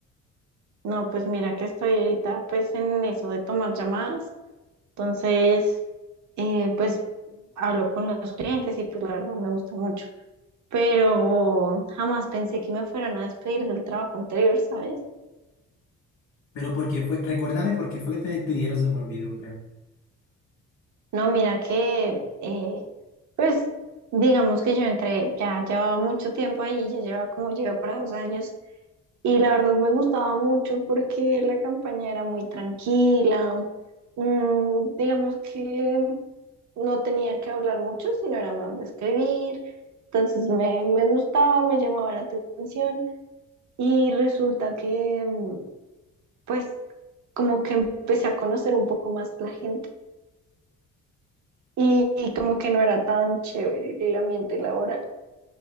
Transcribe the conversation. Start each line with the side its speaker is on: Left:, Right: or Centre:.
Right: No, pues mira que estoy ahorita pues en eso de tomar llamadas. Entonces, eh, pues hablo con los clientes y pues la verdad me gusta mucho. Pero jamás pensé que me fueran a despedir del trabajo anterior, ¿sabes?
Left: pero por qué fue, recuérdame por qué fue que te despidieron, se me olvidó, creo.
Right: No, mira que eh, pues digamos que yo entré, ya llevaba mucho tiempo ahí, ya lleva como lleva para dos años. Y la verdad me gustaba mucho porque la campaña era muy tranquila. mm, digamos que no tenía que hablar mucho, sino era más de escribir. Entonces me, me gustaba, me llamaba la atención. Y resulta que, mm, pues, como que empecé a conocer un poco más la gente. Y, y como que no era tan chévere el ambiente laboral.